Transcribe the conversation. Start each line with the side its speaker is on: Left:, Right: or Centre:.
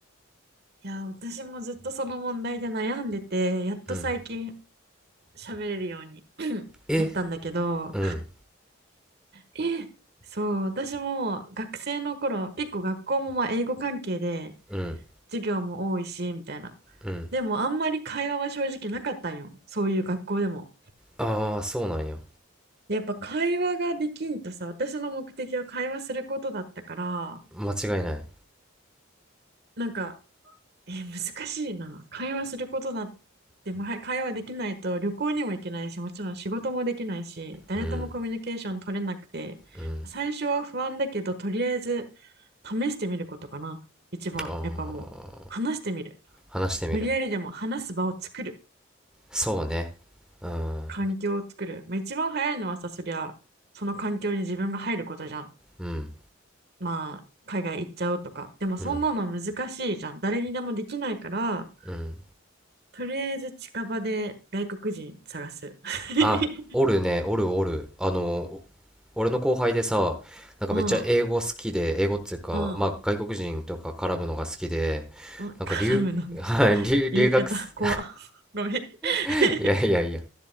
Right: ー。いやー、私もずっとその問題で悩んでて、やっと最近
Centre: うん
Right: 喋れるように <coughs> <clears throat>
Centre: え
Right: なったんだけど、
Centre: うん
Right: え、そう、私も学生の頃、結構学校もまあ英語関係で
Centre: うん
Right: 授業も多いし、みたいな。
Centre: うん
Right: でもあんまり会話は正直なかったんよ。そういう学校でも。
Centre: ああーそうなんや
Right: でやっぱ会話ができんとさ、私の目的は会話することだったから、
Centre: 間違いない
Right: なんかえー難しいな。会話することだって、まあ会話できないと旅行にも行けないし、もちろん仕事もできないし、誰ともコミュニケーション取れなくて、
Centre: うんうん
Right: 最初は不安だけど、とりあえず試してみることかな。一番、
Centre: ああー
Right: やっぱもう、話してみる。
Centre: 話してみる
Right: 無理やりでも話す場を作る。
Centre: そうね。うん、
Right: 環境を作る。まあ、一番早いのはさ、そりゃ、その環境に自分が入ることじゃん。
Centre: うん、
Right: まあ、海外行っちゃうとか。でもそんなの難しいじゃん。
Centre: うん、
Right: 誰にでもできないから、
Centre: うん。
Right: とりあえず近場で外国人探す。<laughs>
Centre: あ、おるね、おるおる。あの、お俺の後輩でさ、なんかめっちゃ英語好きで、
Right: うん
Centre: 英語っつうか、
Right: うん
Centre: まあ外国人とか絡むのが好きで、
Right: うん絡むのが
Centre: なんか留、<laughs> はい留、留学す、
Right: 言い方怖っ <laughs> ごめん。<laughs>
Centre: <laughs> いやいやいや、